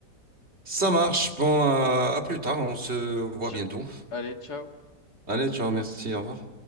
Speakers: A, on the right; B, on the left.
A: Ça marche. Bon, euh, à plus tard. On se voit
B: Tch-
A: bientôt.
B: Allez, ciao.
A: Allez, ciao, merci, au revoir.